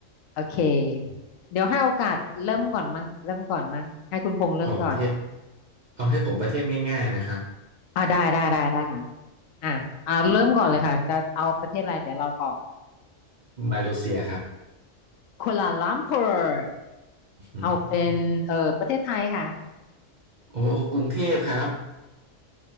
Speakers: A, on the left (about 80°); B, on the right (about 60°).
A: โอเคเดี๋ยวให้โอกาสเริ่มก่อนมั่งเริ่มก่อนมั่งให้คุณพงษ์เริ่มก่อน
B: ขอประเทศเอาให้ผมประเทศง่ายๆนะครับ
A: อ่าได้ได้ได้ได้ค่ะอ่ะอ่าเริ่มก่อนเลยค่ะจะเอาประเทศอะไรเดี๋ยวเราตอบ
B: มาเลเซียครับ
A: กัวลาลัมเปอร์
B: อืมอืม
A: เอาเป็นเออประเทศไทยค่ะ
B: โอ้กรุงเทพครับ